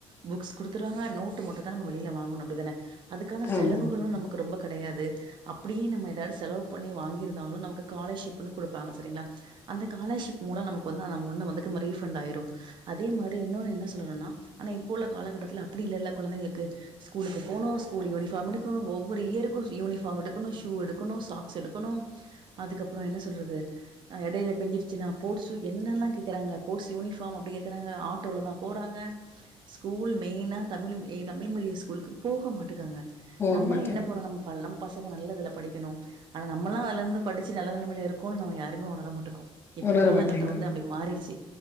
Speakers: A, on the right; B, on the left.
A: புக்ஸ் குடுத்துருவாங்க நோட்டு மட்டு தா நம்ம வெளியில வாங்கணு அப்டிதானே அதுக்கான செலவுகளு
B: ஆமா.
A: நமக்கு ரொம்ப கெடையாது அப்டியே நம்ம ஏதாவது செலவு பண்ணி வாங்கியிருந்தாலு நமக்கு காலர்ஷிப்ன்னு குடுப்பாங்க சேரிங்களா அந்த காலர்ஷிப் மூலோ நமக்கு வந்து அந்த அமெண்ட் வந்து ரீஃபண்ட் ஆயிரு அதே மாரி இன்னொன்னு என்ன சொல்ல வரும்னா ஆனா இப்ப உள்ள காலகட்டத்துல அப்டி இல்லல்ல கொழந்தைங்களுக்கு ஸ்கூக்கு போனு ஸ்கூல் யூனிஃபாம் எடுக்கு ஒவ்வொரு இயருக்கு யூனி ஃபாம் எடுக்கணு ஷூ எடுக்கணு சாக்ஸ் எடுக்கணு அதுக்கப்றோ என்ன சொல்றது எடையில பிஞ்சுருச்சுனா ஃபோட்ஸ்ஸு என்னல்லா கேக்குறாங்க ஃபோட்ஸ் யூனிஃபாம் அப்டி கேக்குறாங்க ஆட்டோல தா போறாங்க ஸ்கூல் மெயினா தமிழ் தமிழ் மீடிய ஸ்கூலுக்கு போக மாட்டேக்காங்க
B: போக
A: நம்மளே
B: மாட்டேன்.
A: என்ன பண்றோ நம்ம பழம் பசங்க நல்லதுல படிக்கனு ஆனா நம்மல்லா அதுல இருந்து படிச்சு நல்ல நெலமையல இருக்கோனு நம்ம யாருமே ஒணர மாட்டுக்கோ இப்ப
B: உணர
A: காலகட்டம்
B: மாட்டேங்குது.
A: வந்து அப்டி மாறிடுச்சு